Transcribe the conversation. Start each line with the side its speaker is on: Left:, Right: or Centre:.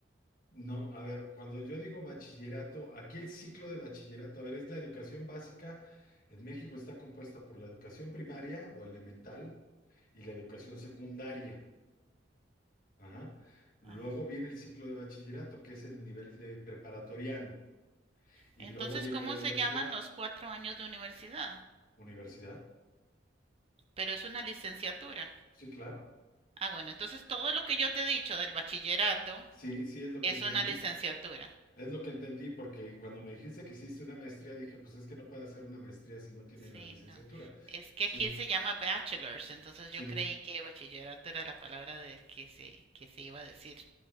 Left: no, a ver, cuando yo digo bachillerato, aquí el ciclo de bachillerato, a ver, es la educación básica. En México está compuesta por la educación primaria o elemental y la educación secundaria. Ajá. Luego
Right: ah,
Left: viene el ciclo de bachillerato, que es el nivel de preparatoriano. Y
Right: Entonces,
Left: luego viene
Right: ¿cómo
Left: la universidad.
Right: se llaman los cuatro años de universidad?
Left: ¿Universidad?
Right: Pero es una licenciatura.
Left: Sí, claro.
Right: Ah, bueno, entonces todo lo que yo te he dicho del bachillerato
Left: Sí, sí es lo
Right: es
Left: que entendí.
Right: una licenciatura.
Left: Es lo que entendí, porque cuando me dijiste que hiciste una maestría, dije, pues es que no puede hacer una maestría si no tiene
Right: Sí,
Left: la licenciatura.
Right: no. Es que
Left: Sí,
Right: aquí se llama bachelors, entonces
Left: sí,
Right: yo creí que bachillerato era la palabra de que se, que se iba a decir